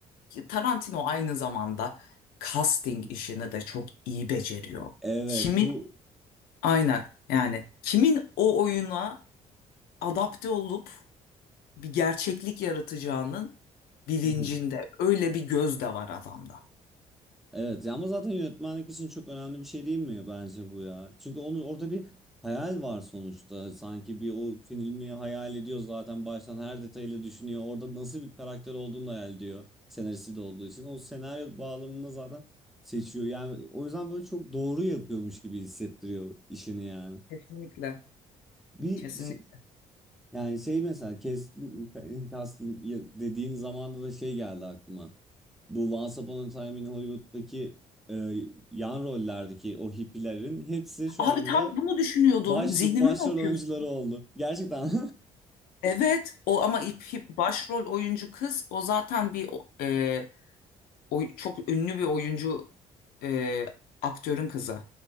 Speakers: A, on the left; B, in the centre.
A: Tarantino aynı zamanda casting
B: <laughs>
A: işini de çok iyi beceriyor.
B: Evet
A: Kimin
B: bu
A: aynen yani kimin o oyuna adapte olup bir gerçeklik yaratacağının bilincinde.
B: <laughs>
A: Öyle bir göz de var adamda.
B: Evet ya ama zaten yönetmenlik için çok önemli bir şey değil mi bence bu ya? Çünkü onu orada bir hayal var sonuçta. Sanki bir o filmi hayal ediyor zaten baştan her detayıyla düşünüyor. Orada nasıl bir karakter olduğunu da hayal ediyor. Senaristi de olduğu için. O senaryo bağlamında zaten seçiyor. Yani o yüzden böyle çok doğru yapıyormuş gibi hissettiriyor işini yani.
A: Kesinlikle.
B: Bir
A: Kesinlikle.
B: şey- yani şey mesela casting, casting dediğin zamanda da şey geldi aklıma. Bu Once Upon a Time in Hollywood'daki e, yan rollerdeki o hippilerin hepsi şu
A: Abi
B: anda
A: tam bunu düşünüyordum.
B: baş,
A: Zihnimi
B: başrol
A: mi okuyorsun?
B: oyuncuları oldu. Gerçekten.
A: Evet o ama ip, ip- başrol oyuncu kız o zaten bir o- e, oy- çok ünlü bir oyuncu e, aktörün kızı.